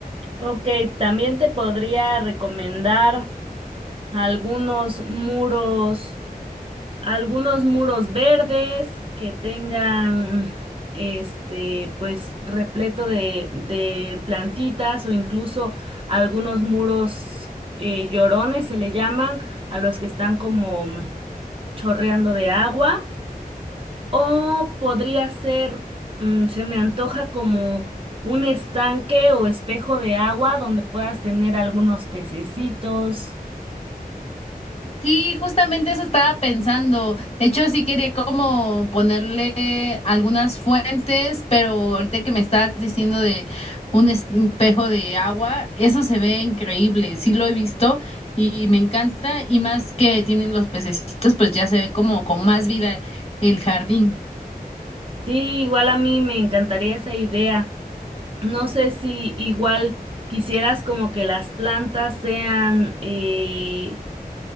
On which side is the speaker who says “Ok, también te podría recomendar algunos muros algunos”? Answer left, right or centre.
Right